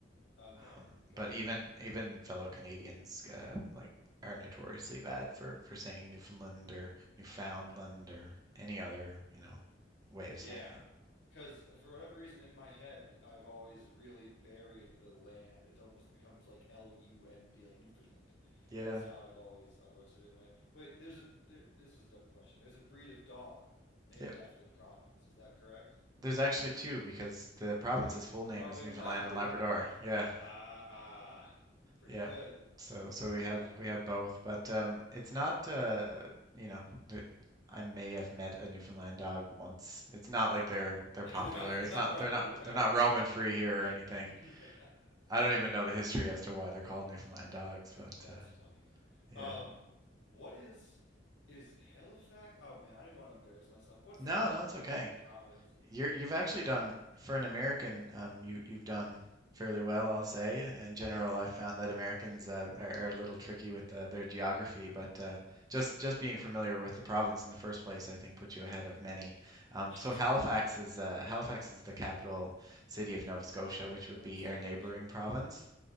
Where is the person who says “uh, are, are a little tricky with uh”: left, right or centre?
Right